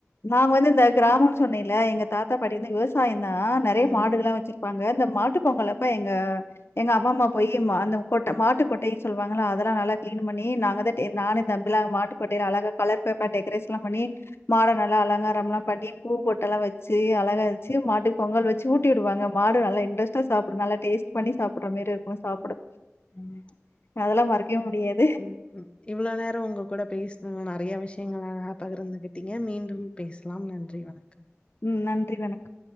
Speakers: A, on the left (about 55°); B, on the left (about 25°).
A: நாங்க வந்து இந்த கிராமோன் சொன்னேல எங்க தாத்தா பாட்டி வந்து விவ சாயந்தா நறைய
B: ம்.
A: மாடுகளா வச்சிருப்பாங்க இந்த மாட்டு பொங்கல் அப்ப எங்க எங்க அம்மம்மா போயி அந்த கொட்ட மாட்டு கொட்டை சொல்வாங்கள்ல அதெல்லா நல்லா கிளீன் பண்ணி நாங்க தா நானு எ தம்பிலா மாட்டு கொட்டய அழகா கலர் பேப்பர் டெக்ரேஷ்லா பண்ணி மாட நல்லா அலங்காரம்லா பண்ணி பூ பொட்டெல்லா வச்சு அழகா வச்சு மாட்டு பொங்கல் வச்சு ஊட்டிவுடுவாங்க மாடு நல்லா இன்ட்ரெஸ்டா சாப்டு நல்ல டேஸ்ட் பண்ணி சாப்புற மாரிரு க்கு
B: ம்.
A: சாப்புடு
B: ம்.
A: அதெல்லா மறக்கே முடியாத்
B: ம் இவ்ளோ நேரோ உங்க கூட பேசுன நறைய விஷ்யங்கள அழகா பகர்ந்துகிட்டீங்க மீண்டும் பேசலாம் நன்றி வணக்கம்
A: ம் நன்றி வணக்கம்